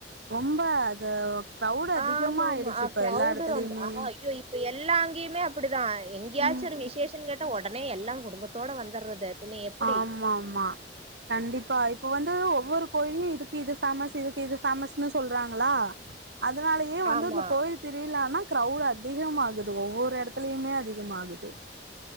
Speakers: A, on the right; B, on the right.
A: ரொம்ப அது க்ரௌட்
B: ஆ
A: அதிகமா
B: ஆமா
A: ஆயிடுச்சு
B: ஆமா அ
A: இப்ப
B: கிரௌடு
A: எல்லா எடத்துலயுமே
B: ரொம்ப அ ஐயோ இப்ப எ எல்லா அங்கேயுமே அப்படிதா எங்கயாச்சு
A: ம்
B: ஒரு விசேஷன்னு கேட்டா ஒடனே எல்லா குடும்பத்தோட வந்துர்றது பின்ன எப்டி
A: ஆமா மா கண்டிப்பா இப்ப வந்து ஒவ்வொரு கோயிலயு இதுக்கு இது ஃபேமஸ் இதுக்கு இது ஃபேமஸ்ன்னு சொல்றாங்களா அதனாலயே வந்து
B: ஆமா
A: இந்த கோவில் திருவிளான்னா க்ரௌட்டு அதிகம் ஆகுது ஒவ்வொரு எடத்துலயுமே அதிகமாகுது